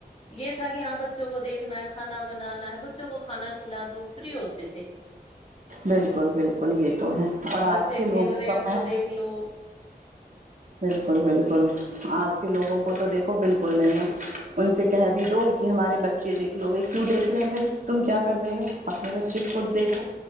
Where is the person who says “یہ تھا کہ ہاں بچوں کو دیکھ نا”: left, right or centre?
Left